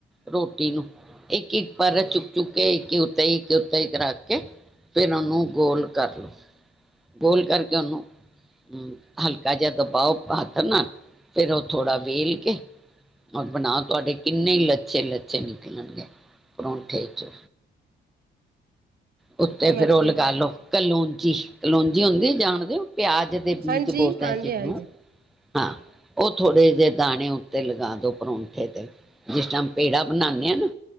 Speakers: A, in the centre; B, on the right.
A: ਰੋਟੀ ਨੂੰ ਇੱਕ ਇੱਕ ਪਰ ਚੁੱਕ ਚੁੱਕ ਕੇ ਇੱਕ ਤੇਈ ਕੇ ਉਤੇਈ ਰੱਖ ਕੇ ਫੇਰ ਉਹਨੂੰ ਗੋਲ ਕਰ ਲੋ। ਗੋਲ ਕਰਕੇ ਉਹਨੂੰ ਹਮ ਹਲਕਾ ਜਿਹਾ ਦਬਾਓ ਹਥ ਨਾ ਫਿਰ ਉਹ ਥੋੜ੍ਹਾ ਵੇਲ ਕੇ ਔਰ ਬਣਾਓ ਤੁਹਾਡੇ ਕਿੰਨੇ ਲੱਛੇ ਲੱਛੇ ਨਿਕਲਣਗੇ ਪਰੋਠੇ ਚੋਂ ਉੱਤੇ
B: ਸਮਝ
A: ਫੇਰ ਉਹ
B: ਗਈ
A: ਲਗਾਲੋ ਕਲੌਜੀ ਕਲੋਂਜੀ ਹੁੰਦੀ ਜਾਣਦੇ ਹੋ ਪਿਆਜ ਦੇ ਬੀਜ
B: ਹਾਂਜੀ
A: ਬੋਲਦਾ
B: ਹਾਂਜੀ
A: ਜਿਨੂੰ
B: ਹਾਂਜੀ
A: ਹਾਂ ਉਹ ਥੋੜੇ ਜਿਹੇ ਦਾਣੇ ਉੱਤੇ ਲਗਾ ਦਉ ਪਰੋਠੇ ਤੇ ਜਿਸ ਟਮ ਪੇੜਾ ਬਣਾਦੇ ਆ ਨਾ